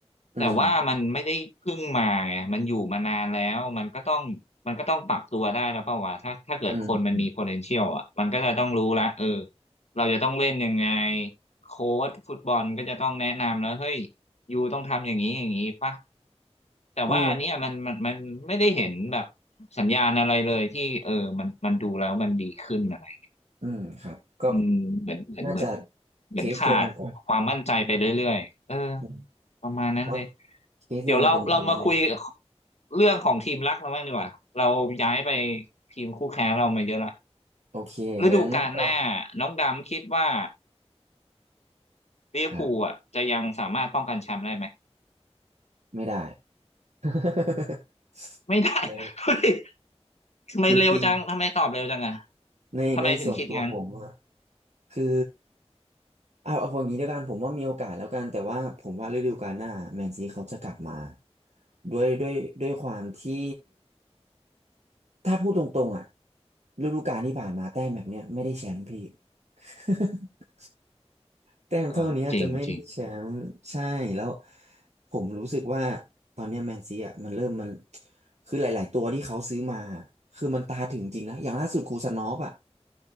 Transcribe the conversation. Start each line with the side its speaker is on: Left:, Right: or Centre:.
Right: อืม
Left: แต่ว่ามันไม่ได้เพิ่งมาไงมันอยู่มานานแล้วมันก็ต้องมันก็ต้องปรับตัวได้แล้วเปล่าวะถ้าถ้าเกิดคนมันมี
Right: อืมอืม
Left: potential อ่ะมันก็จะต้องรู้ละเออเราจะต้องเล่นยังไงโค้ชฟุตบอลก็จะต้องแนะนำแล้วเฮ้ยยูต้องทำอย่างนี้อย่างนี้ป่ะแต่ว่าอันเนี้ยมันมันมันไม่ได้เห็นแบบ
Right: อืม
Left: สัญญาณอะไรเลยที่เออมันมันดูแล้วมันดีขึ้นอะไร
Right: อืมครับก็
Left: อืมเหมือนเหมือนเหมือน
Right: น่าจะ
Left: เหมือนขาดความมั่นใจไปเรื่อยๆเออ
Right: เคสเดียวกันกับอืม
Left: ประมาณนั้นเลย
Right: ว่าเคสเดียวกันกันเลย
Left: เดี๋ยวเราเรามาคุยเรื่องของทีมรักเราบ้างดีกว่าเราย้ายไปทีมคู่แข่งเรามาเยอะละ
Right: โอเคงั้นก็
Left: ฤดูกาลหน้าน้องดำคิดว่าลิเวอร์พูลอ่ะจะยังสามารถป้องกันแชมป์ได้ไหม
Right: ครับไม่ได้ <laughs>
Left: ไม่ได้ <laughs>
Right: ใน
Left: เฮ้ยทำไมเร็วจังทำไมตอบเร็วจังอ่ะ
Right: จริงๆในในส่วนตัวผมอะ
Left: ทำไมถึงคิดงั้น
Right: คือเอาเอาอย่างนี้ด้วยกันผมว่ามีโอกาสแล้วกันแต่ว่าผมว่าฤดูกาลหน้าแมนซีเขาจะกลับมาด้วยด้วยด้วยความที่ถ้าพูดตรงๆอ่ะฤดูกาลที่ผ่านมาแต้มแบบเนี้ยไม่ได้แชมป์พี่ <laughs> แต้มเท่านี้จะไม่ได้แชมป์ใช่แล้ว
Left: เออจริงจริง
Right: ผมรู้สึกว่าตอนเนี้แมนซีอ่ะมันเริ่มมันคือหลายๆตัวที่เขาซื้อมาคือมันตาถึงจริงนะอย่างล่าสุดคูซานอฟอ่ะ